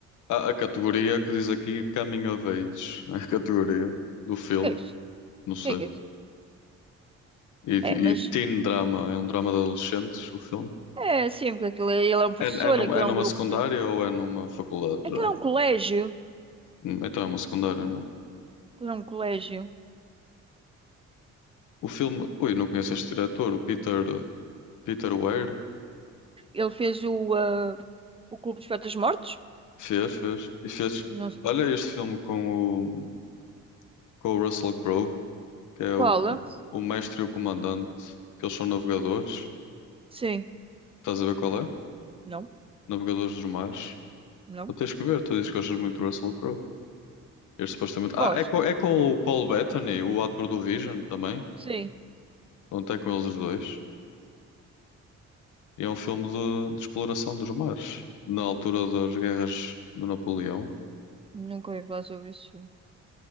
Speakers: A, on the left; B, on the right.
A: Há a categoria que diz aqui Coming of Age, é a categoria do filme,
B: Que é isso?
A: não sei.
B: O Que é que é isso?
A: E,
B: É, mas
A: e teen drama, é um drama de adolescentes, o filme.
B: é sim, porque aquilo é, ele é um professor,
A: É, é, num-
B: aquilo
A: é
B: é
A: numa
B: um grupo
A: secundária
B: de.
A: ou é numa faculdade
B: Aquilo
A: já?
B: é um colégio.
A: Hum, Então é uma secundária, não é?
B: Aquilo é um colégio.
A: O filme. Ui, não conheço este diretor, o Peter, Peter Weir.
B: Ele fez o, ah, o Clube dos Poetas Mortos?
A: Fez, fez. E fez.
B: Não, sei.
A: Olha este filme com o, com o Russell Crowe, que é
B: qual?
A: o, o,
B: ah?
A: o mestre e o comandante, que eles são navegadores.
B: Sim.
A: Estás a ver qual é?
B: Não?
A: Navegadores dos mares.
B: Não?
A: Tu tens que ver, tu dizes que gostas muito do Russell Crowe. Este supostamente. Ah,
B: Gosto.
A: é com, é com o Paul Bettany, o ator do Vision também.
B: Sim.
A: Pronto, é com eles os dois. E é um filme de, de exploração dos mares, na altura das guerras do Napoleão.
B: Nunca ouvi falar sobre isso.